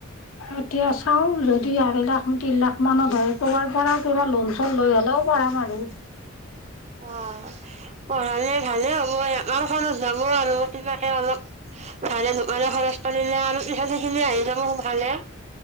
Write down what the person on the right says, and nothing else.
অ পঢ়ালে ভালে হ মই আমাৰ খৰচ যাব আৰু কিবাকে অলপ। ধাৰে ধোকানে খৰচ পৰিলে আৰু পিছত সেইখিনি আহি যাব সনকালে।